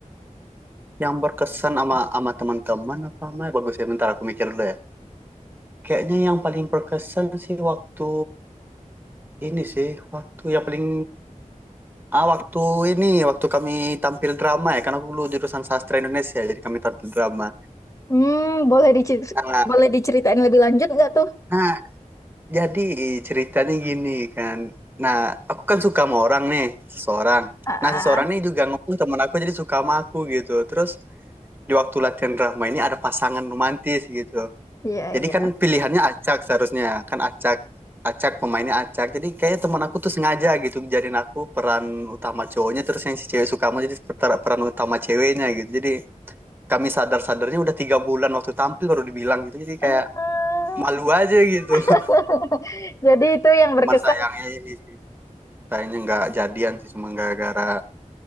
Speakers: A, on the right (about 15°); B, on the left (about 25°).
A: Yang berkesan sama sama teman-teman apa sama bagus ya? Bentar aku mikir dulu ya. Kayaknya yang paling berkesan sih waktu ini sih, waktu yang paling ah waktu ini waktu kami tampil drama ya, karena aku dulu jurusan sastra Indonesia, jadi kami tampil drama.
B: Hmm, boleh dicer-
A: Nah,
B: boleh diceritain lebih lanjut nggak tuh?
A: nah, jadi ceritanya gini kan. Nah, aku kan suka sama orang nih, seseorang.
B: Ah,
A: Nah, seseorang
B: ah,
A: nih juga ngomong teman aku jadi suka sama aku gitu. Terus di waktu latihan drama ini ada pasangan romantis gitu.
B: iya
A: Jadi
B: iya.
A: kan pilihannya acak seharusnya kan acak acak pemainnya acak. Jadi kayaknya teman aku tuh sengaja gitu jadiin aku peran utama cowoknya terus yang si cewek suka sama jadi peran utama ceweknya gitu. Jadi kami sadar-sadarnya udah tiga bulan waktu tampil baru dibilang gitu. Jadi
B: Eh,
A: kayak malu aja gitu.
B: <laughs>
A: <laughs>
B: jadi itu yang
A: Cuman
B: berkesan
A: sayangnya ini sih sayangnya nggak jadian sih cuma gara-gara